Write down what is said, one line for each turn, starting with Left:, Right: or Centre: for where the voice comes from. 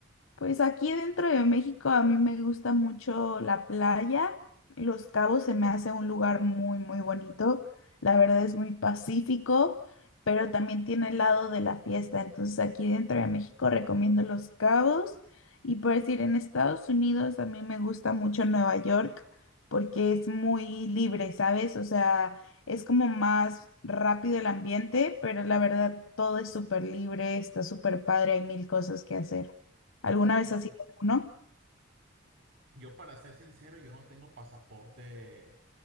Left: Pues aquí dentro de México a mí me gusta mucho la playa. Los Cabos se me hace un lugar muy, muy bonito. La verdad es muy pacífico, pero también tiene el lado de la fiesta. Entonces aquí dentro de México recomiendo Los Cabos. Y por decir, en Estados Unidos a mí me gusta mucho Nueva York porque es muy libre, ¿sabes? O sea, es como más rápido el ambiente, pero la verdad todo es súper libre, está súper padre, hay mil cosas que hacer. ¿Alguna
Right: Ya
Left: vez
Right: veo.
Left: has ido a alguno?
Right: Yo, para ser sincero, yo no tengo pasaporte,